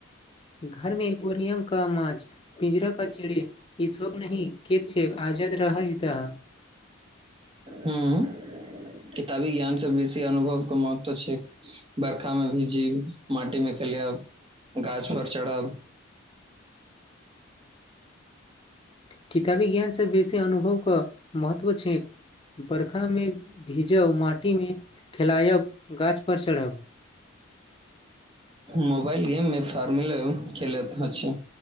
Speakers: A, on the left; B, on the right.
A: घर मे एक्वोरियम का माछ पिंजरा का चिड़ेै ई सब नहि के छ आजाद रहि दह
B: हुँ किताबी ज्ञानसँ बेसी अनुभव के महत्व छैक बर्खा मे भी जीब माटी मे खेलब गाछ पर चढ़ब
A: किताबी ज्ञान से बेसी अनुभव के महत्व छै बर्षा मे भीजब माटी मे खेलयब गाछ पर चढ़ब
B: मोबाल गेम मे फार्मिल खेलत अछि